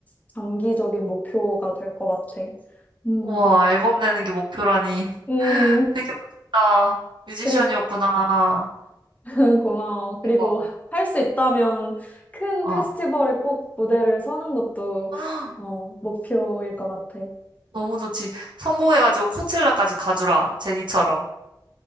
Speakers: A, on the left (about 20°); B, on the right (about 75°).
A: 장기적인 목표가 될 것 같아. 음,
B: 우와, 앨범 내는 게 목표라니.
A: 음,
B: 되게 멋있다. 뮤지션이었구나.
A: 그리고, <laughs> 고마워. 그리고
B: 대박.
A: 할 수 있다면 큰
B: 어.
A: 페스티벌에 꼭 무대를 서는 것도,
B: <gasps>
A: 어, 목표일 것 같아.
B: 너무 좋지. 성공해가지고 코첼라까지 가주라. 제니처럼.